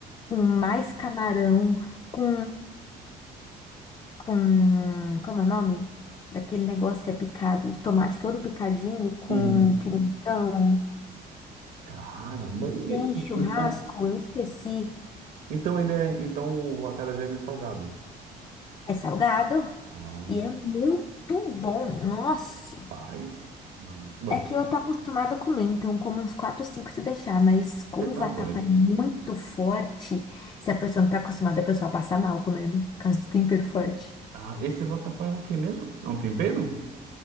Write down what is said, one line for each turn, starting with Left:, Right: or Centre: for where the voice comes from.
Left: com mais camarão, com, com, como é o nome? Daquele negócio que é picado, o tomate todo picadinho com
Right: Uhum.
Left: pimentão,
Right: Caramba,
Left: que
Right: e-
Left: tem churrasco,
Right: e- então,
Left: eu esqueci.
Right: então ele é, então o acarajé ele é salgado.
Left: É salgado
Right: Ah,
Left: e é muito bom, nossa.
Right: paz. mano. bom,
Left: É que eu tô acostumada a comer, então como uns 4 5 se deixar, mas como
Right: você
Left: o
Right: tá
Left: vatapá
Right: doido.
Left: é muito forte, se a pessoa não tá acostumada, a pessoa passa mal comendo, por causa do tempero forte.
Right: Ah, esse vatapá é o quê mesmo? É um tempero?